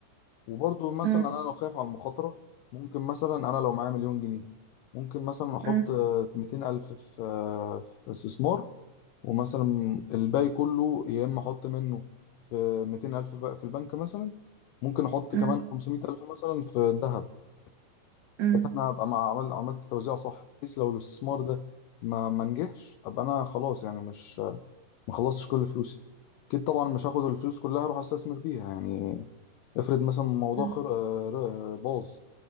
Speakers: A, on the left (about 75°); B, on the right (about 65°).
A: وبرضه مثلا
B: <laughs>
A: انا لو خايف على المخاطره ممكن مثلا انا لو معايا مليون جنيه ممكن مثلا احط
B: مم،
A: ميتين الف في آه، في استثمار ومثلا الباقي كله يا اما احط منه في ميتين الف بقى في البنك مثلا ممكن احط
B: مم،
A: كمان خمسمية الف مثلا في الذهب ساعتها
B: مم،
A: انا هبقى مع- عمل عملت توزيع صح بحيث لو الاستثمار ده ما ما نجحش ابقى انا خلاص يعني مش ما خلصتش كل فلوسي اكيد طبعا مش هاخد الفلوس كلها اروح استثمر بيها يعني افرض مثلا الموضوع
B: مم،
A: خر... آه، ر- آه، باظ